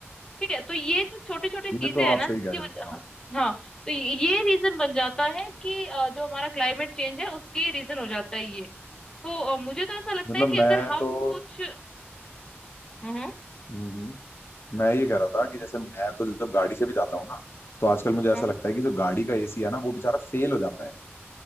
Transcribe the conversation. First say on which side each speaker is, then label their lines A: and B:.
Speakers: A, on the left; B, on the left.
A: ठीक है तो ये जो छोटी छोटी चीजें
B: ये तो
A: है
B: आप
A: ना जिसकी
B: सही कह
A: वजह
B: रहे हो हाँ
A: हाँ हाँ, तो ये रीजन बन जाता है कि अ, जो हमारा क्लाइमेट चेंज है उसके रीजन हो जाता है ये तो अ, मुझे तो ऐसा लगता
B: मतलब
A: है कि
B: मैं
A: अगर हम
B: तो
A: कुछ हम्म हम्म,
B: हम्म हम्म, मैं ये कह रहा था कि जैसे मैं तो जब गाड़ी से भी जाता हूँ ना तो आजकल मुझे ऐसा
A: हम्म,
B: लगता है कि जो गाड़ी का एसी है ना वो बेचारा फेल हो जाता है